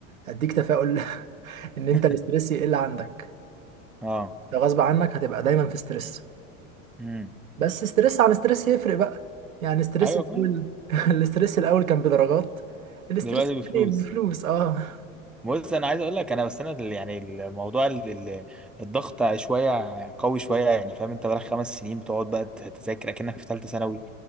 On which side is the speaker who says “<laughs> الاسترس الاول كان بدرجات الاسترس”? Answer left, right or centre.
Right